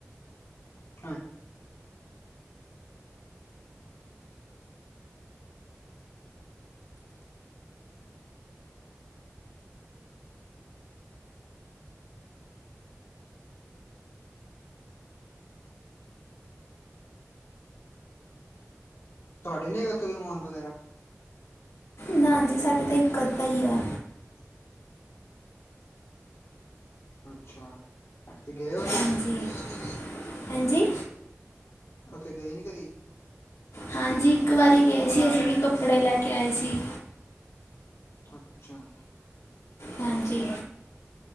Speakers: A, on the left; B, on the left.
A: ਹਾਂ ਤੁਆਡੇ ਲਈ ਵੀ ਓਥੇ ਕੋਈ ਮੋਲ ਵਗੈਰਾ।
B: ਨਾਂਜੀ ਸਾਡੇ ਤਾਂ ਇਕ ਅੱਦਾ ਈ ਆ।
A: ਅੱਛਾ, ਤੇ ਗਏ ਓ
B: ਹਾਂਜੀ-ਹੈਂਜੀ।
A: ਓਥੇ ਗਏ ਨੀ ਕਦੀ।
B: ਹਾਂਜੀ ਇਕ ਵਾਰੀ ਗਏ ਸੀ ਅਸੀ ਵੀ ਕੱਪੜੇ ਲੈ ਕੇ ਆਏ ਸੀ।
A: ਅੱਛਾ।
B: ਹਾਂਜੀ।